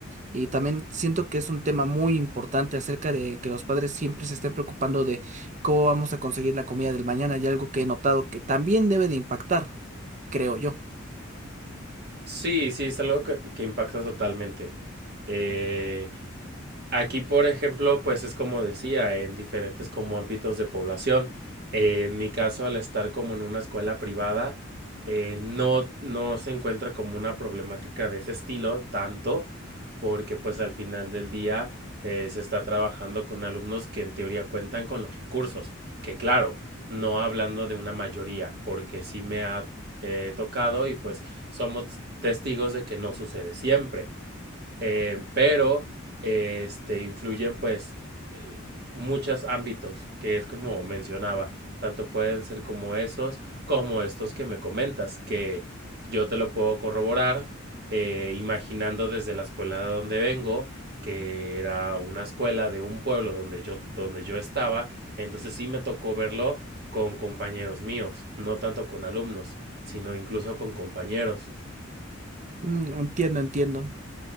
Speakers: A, on the right; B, on the right.
A: Y también siento que es un tema muy importante acerca de que los padres siempre se estén preocupando de cómo vamos a conseguir la comida del mañana y algo que he notado que también debe de impactar, creo yo.
B: Sí, sí, es algo que, que impacta totalmente. Eh, Aquí, por ejemplo, pues es como decía, en diferentes como ámbitos de población. Eh, en mi caso, al estar como en una escuela privada, eh, no, no se encuentra como una problemática de ese estilo tanto, porque pues al final del día eh, se está trabajando con alumnos que en teoría cuentan con los recursos, que claro, no hablando de una mayoría, porque sí me ha eh, tocado y pues somos testigos de que no sucede siempre eh, pero eh, este, influyen pues eh, muchos ámbitos, que es como mencionaba, tanto pueden ser como esos, como estos que me comentas, que yo te lo puedo corroborar eh, imaginando desde la escuela de donde vengo, que era una escuela de un pueblo donde yo, donde yo estaba, entonces sí me tocó verlo con compañeros míos, no tanto con alumnos, sino incluso con compañeros.
A: Mm, entiendo, entiendo.